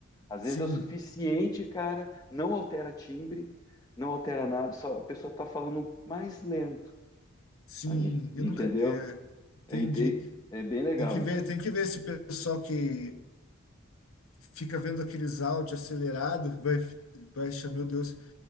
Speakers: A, on the left (about 20°); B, on the left (about 90°).
A: Às
B: Sim,
A: vezes é o suficiente, cara, não altera timbre, não altera nada, só a pessoa está falando mais lento.
B: sim.
A: Aí, Entendeu?
B: Eu nunca. é, entendi.
A: É, ente- é bem legal
B: Tem que ver,
A: isso.
B: tem que ver se o pessoal que fica vendo aqueles áudios acelerados vai, vai achar, meu Deus,